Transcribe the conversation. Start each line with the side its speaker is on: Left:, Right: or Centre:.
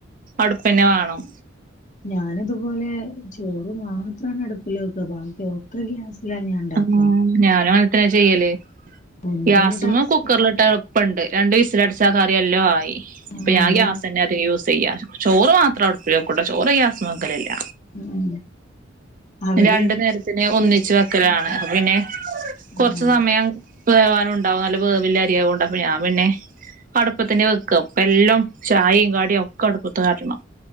Right: അടുപ്പന്നെ വാണം.
Left: ഞാനു ഇതുപോലെ ചോറ് മാത്രാണ് അടുപ്പില് വെക്കാ. ബാക്കി ഒക്കെ ഗ്യാസിലാ ഞാൻ ഉണ്ടാക്കുക
Right: ആഹ്. ഞാനു അങ്ങൻതെന്നാ ചെയ്യല്.
Left: എന്തൊരു
Right: ഗ്യാസുമ്മ
Left: ടാസ്കാണ്
Right: കുക്കറില് ട്ടാ എ ൾപ്പണ്ട്. രണ്ട് വിസിലടിച്ചാ കറി എല്ലം ആയി.
Left: ആഹ്
Right: അപ്പം ഞാൻ
Left: അതാണ്
Right: ഗ്യാസന്നെ അധികം യൂസെയ്യാറ്. ചോറ് മാത്രം അടുപ്പില് വെക്കുട്ടൊ ചോറ് ഗ്യാസ്മ വെക്കലില്ല.
Left: ഉം അവിടെയും
Right: രണ്ട് നേരത്തിന്
Left: ഇതുപോലെ
Right: ഒന്നിച്ച്
Left: ചോറ്
Right: വെക്കലാണ്.
Left: മാത്രം
Right: അപ്പപിന്നെ
Left: ആഹ്
Right: കൊറച്ചു സമയം വേവാനുണ്ടാവും നല്ല വേവില്ലെ അരിയാവോണ്ട്. അപ്പ ഞാൻ പിന്നെ അടുപ്പത്തന്നെ വെക്കാ. പ്പ എല്ലാം ചായിം കടിം ഒക്കടുപ്പത്ത് കാട്ടണം.